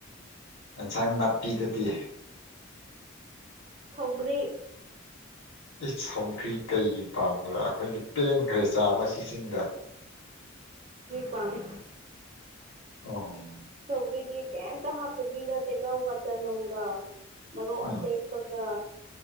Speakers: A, on the left; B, on the right.
A: ꯑꯦꯟꯁꯥꯡ ꯅꯥꯄꯤꯗꯗꯤ
B: ꯁꯧꯔꯤ
A: ꯑꯩ ꯁꯥꯎꯈ꯭ꯔꯤ ꯀꯔꯤꯒꯤ ꯄꯥꯝꯕ꯭ꯔꯥ ꯑꯩꯈꯣꯏꯅ ꯄꯦꯟꯈ꯭ꯔꯦ ꯆꯥꯕ ꯁꯤꯖꯤꯟꯗ
B: ꯄꯥꯝꯃꯤ
A: ꯑꯣ
B: ꯁꯧꯔꯤꯗꯤ ꯀꯗ ꯍꯀꯕꯤꯔ ꯇ ꯂꯧꯒ ꯆꯅꯝꯒꯥ ꯃꯔꯣ
A: ꯎꯝ
B: ꯑꯇꯦꯛꯦꯛꯄꯒ